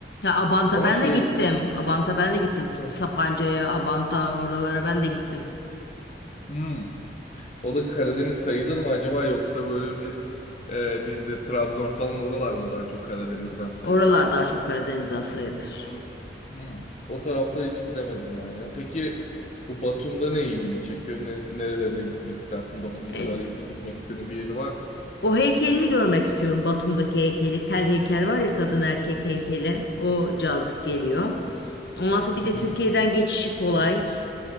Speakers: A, on the left; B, on the left.
A: Ya Abant'a
B: Ama
A: ben
B: şey...
A: de gittim. Abant'a ben de gittim.
B: Hı.
A: Sapanca'ya, Abant'a oralara ben de gittim.
B: Hmm. O da Karadeniz sayılır mı acaba yoksa böyle bir e, Rize, Trabzon falan oralar mı daha çok Karadeniz'den sayılır?
A: Oralar daha çok Karadeniz'den sayılır.
B: Hı, hı. O taraflara hiç gidemedim ben ya. Peki bu Batum'da ne ilgini çekiyor? Ne, nerelerine gitmek istersin? Batum'un
A: E,
B: özellikle gitmek istediğin bir yeri var mı?
A: O heykelini görmek istiyorum. Batum'daki heykeli. Tel heykel var ya kadın erkek heykeli. O cazip geliyor. Ondan sonra bir
B: Hı hı.
A: de Türkiye'den geçişi kolay.